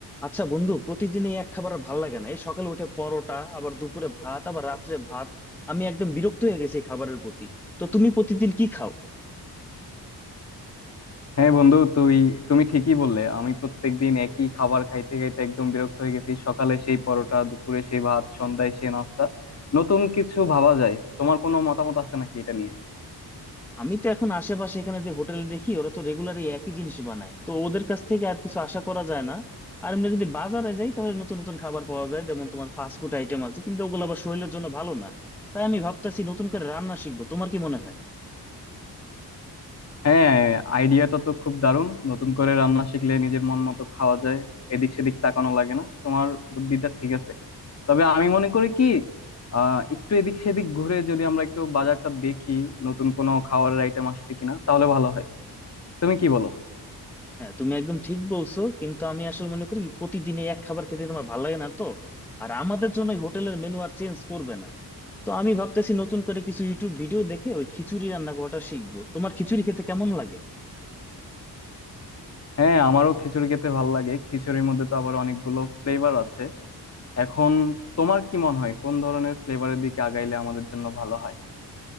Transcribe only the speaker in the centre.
আচ্ছা বন্ধু প্রতিদিন এই এক খাবার আর ভাল লাগে না এই সকালে উঠে পরোটা আবার দুপুরে ভাত আবার রাত্রে ভাত আমি একদম বিরক্ত হয়ে গেছি এই খাবারের প্রতি তো তুমি প্রতিদিন কি খাও
আমি তো এখন আশেপাশে এখানে যে হোটেল দেখি ওরা তো রেগুলার এই একই জিনিস বানায় তো ওদের কাছ থেকে আর কিছু আশা করা যায় না আর এমনি যদি বাজারে যাই তাহলে নতুন নতুন খাবার পাওয়া যায় যেমন তোমার ফাস্ট ফুড আইটেম আছে কিন্তু ওগুলো আবার শরীরের জন্য ভালো না তাই আমি ভাবতেছি নতুন করে রান্না শিখবো তোমার কি মনে হয়
হ্যাঁ তুমি একদম ঠিক বলছো কিন্তু আমি আসলে মনে করি প্রতিদিন এই এক খাবার খেতে তোমার ভালো লাগে না তো আর আমাদের জন্য হোটেলের মেনু আর চেঞ্জ করবে না তো আমি ভাবতেছি নতুন করে কিছু ইউটিউব ভিডিও দেখে ওই খিচুড়ি রান্না করাটা শিখবো তোমার খিচুড়ি খেতে কেমন লাগে